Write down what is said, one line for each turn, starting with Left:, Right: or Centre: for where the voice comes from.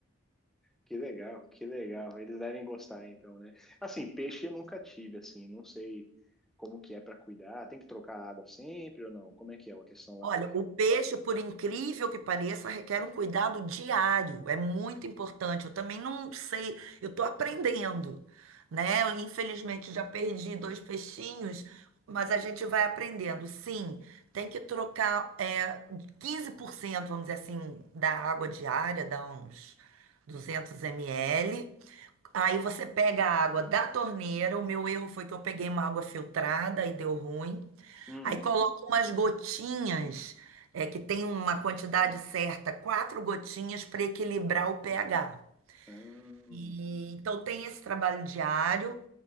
Centre: Que legal, que legal. Eles devem gostar, então, né? Assim, peixe eu nunca tive, assim, não sei como que é para cuidar. Tem que trocar a água sempre ou não? Como é que é a questão do
Right: Olha,
Centre: aquário?
Right: o peixe, por incrível que pareça, requer um cuidado diário. É muito importante. Eu também não sei, eu estou aprendendo, né? Eu, infelizmente já perdi dois peixinhos, mas a gente vai aprendendo. Sim, tem que trocar é, 15%, vamos dizer assim, da água diária, dá uns 200 ml. Aí você pega a água da torneira. O meu erro foi que eu peguei uma água filtrada e deu ruim.
Centre: Hum,
Right: Aí coloca umas gotinhas, é, que tem uma quantidade certa, quatro gotinhas para equilibrar o pH.
Centre: ah,
Right: E, então tem esse trabalho diário,